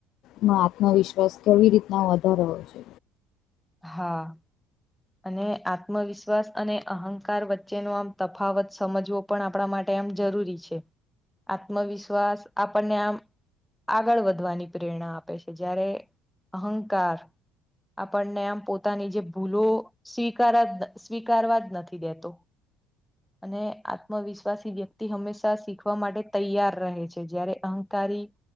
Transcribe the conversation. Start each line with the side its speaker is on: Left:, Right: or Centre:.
Left: ન આત્મવિશ્વાસ કેવી રીતના વધારો છે
Centre: હા અને આત્મવિશ્વાસ અને અહંકાર વચ્ચેનો આમ તફાવત સમજવો પણ આપણા માટે એમ જરૂરી છે આત્મવિશ્વાસ આપણને આમ આગળ વધવાની પ્રેરણા આપે છે જ્યારે અહંકાર આપણને આમ પોતાની જે ભૂલો સ્વીકાર જ સ્વીકારવા જ નથી દેતો અને આત્મવિશ્વાસ વ્યક્તિ હંમેશા શીખવા માટે તૈયાર રહે છે જયારે અહંકારી